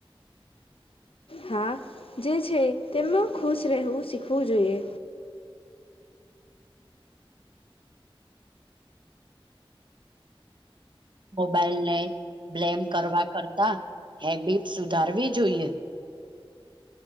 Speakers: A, on the left; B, on the right.
A: હા જે છે, તેમાં ખુશ રહેવું શીખવું જોઈએ.
B: મોબાઈલને બ્લેમ કરવા કરતા હેબિટ સુધારવી જોઈએ.